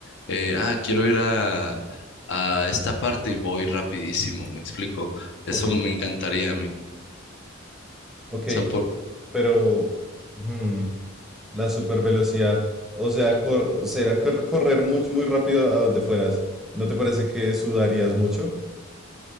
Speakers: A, on the left (about 55°); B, in the centre.
A: eh, ah, quiero ir a, a esta parte y voy rapidísimo, ¿me explico? Eso
B: ok,
A: me encantaría a mí. O
B: ok,
A: sea, por-
B: pero hmm, la supervelocidad, o sea, cor- será cor- correr muy, muy rápido a donde fueras. ¿No te parece que sudarías mucho?